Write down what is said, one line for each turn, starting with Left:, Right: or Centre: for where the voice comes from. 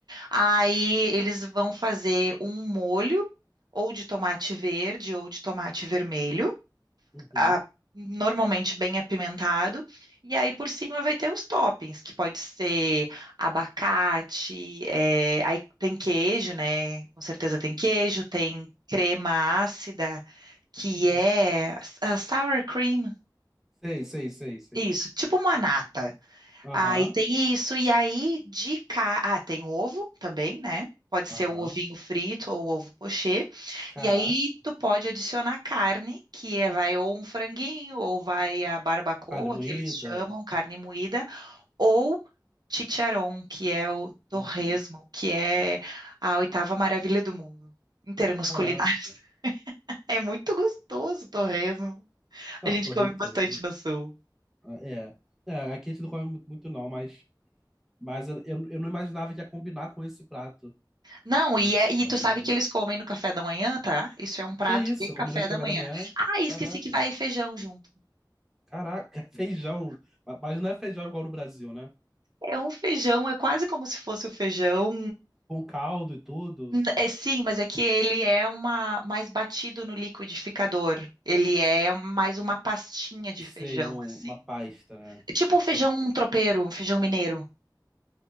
Right: Aí eles vão fazer um molho ou de tomate verde ou de tomate vermelho,
Centre: Uhum,
Right: a- normalmente bem apimentado. E aí por cima vai ter os toppings, que pode ser abacate, eh, aí tem queijo, né? Com certeza tem queijo, tem crema ácida, que
Centre: uhum.
Right: é s- ah, sour cream.
Centre: Sei, sei, sei, sei.
Right: Isso, tipo uma nata.
Centre: Aham,
Right: Aí tem isso. E aí, de cá. Ah, tem ovo também, né? Pode
Centre: aham.
Right: ser o ovinho frito ou o ovo pochê.
Centre: Caraca.
Right: E aí, tu pode adicionar carne, que é, vai ou um franguinho, ou vai a barbacoa,
Centre: Carne moída.
Right: que eles chamam, carne moída, ou chicharrón, que é o torresmo,
Centre: Uhum.
Right: que é a oitava maravilha do mundo, em termos
Centre: Caraca.
Right: culinários. <laughs> É muito gostoso o torresmo.
Centre: Não,
Right: A gente
Centre: torre,
Right: come bastante
Centre: torre...
Right: no sul.
Centre: ah, É. É, aqui a gente não come muito, muito não, mas Mas eu, eu, eu não imaginava que ia combinar com esse prato,
Right: Não, e,
Centre: um
Right: é- e
Centre: torresmo.
Right: tu sabe que eles comem no café da manhã, tá? Isso é um prato
Centre: Que isso?
Right: de café
Centre: Combinou de
Right: da
Centre: café
Right: manhã.
Centre: da manhã?
Right: Ah, esqueci
Centre: Caraca.
Right: que vai feijão junto.
Centre: Caraca, <laughs> feijão. Ma- Mas não é feijão igual no Brasil, né?
Right: É um feijão, é quase como se fosse o feijão.
Centre: Com caldo e tudo.
Right: N- É sim, mas é que ele é uma mais batido no liquidificador. Ele é mais uma pastinha de
Centre: Sim,
Right: feijão,
Centre: um-
Right: assim.
Centre: uma pasta, né?
Right: É tipo
Centre: Entendi.
Right: um feijão tropeiro, um feijão mineiro.